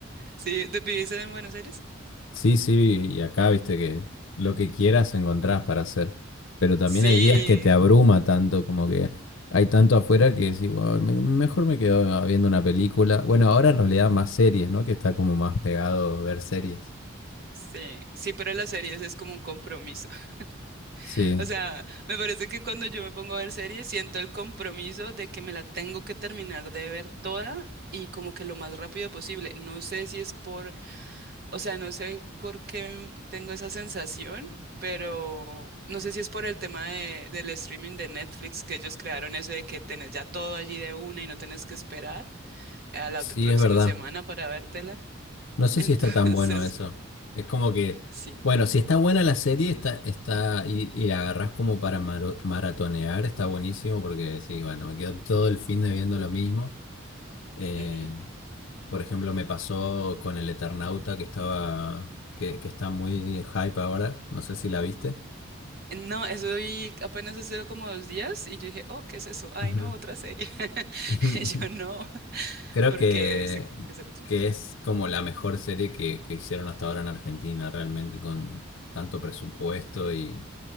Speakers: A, on the right; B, on the left.
A: ¿Sí? ¿de- ¿Vivís en Buenos Aires?
B: Sí, sí, y acá viste que lo que quieras encontrás para hacer, pero también
A: Sí.
B: hay días que te abruma tanto, como que hay tanto afuera que decís, "Bueno, me- mejor me quedo viendo una película. Bueno, ahora en realidad más series, ¿no? Que está como más pegado ver series.
A: Sí, sí, pero las series es como un compromiso. <laughs>
B: Sí,
A: O sea, me parece que cuando yo me pongo a ver series siento el compromiso de que me la tengo que terminar de ver toda y como que lo más rápido posible. No sé si es por O sea, no sé por qué tengo esa sensación, pero no sé si es por el tema de- del streaming de Netflix que ellos crearon eso de que tenés ya todo allí de una y no tenés que esperar a la
B: sí,
A: ot- próxima
B: es verdad.
A: semana para vértela.
B: No
A: <laughs>
B: sé
A: Entonces,
B: si está tan bueno eso. Es como que,
A: sí.
B: bueno, si está buena la serie, está, está, y, y la agarrás como para maro- maratonear, está buenísimo porque decís, bueno, me quedo todo el fin de viendo lo mismo. Eh,
A: ujú.
B: Por ejemplo, me pasó con el Eternauta que estaba, que, que está muy hype ahora. No sé si la viste.
A: No, eso vi apenas hace como dos días y yo dije, oh, ¿qué es eso? Ay,
B: Ujú.
A: no, otra serie. <laughs>
B: <laughs>
A: Y Yo no, <laughs>
B: Creo
A: porque
B: que,
A: dice que que es el otro.
B: que es como la mejor serie que, que hicieron hasta ahora en Argentina, realmente con tanto presupuesto y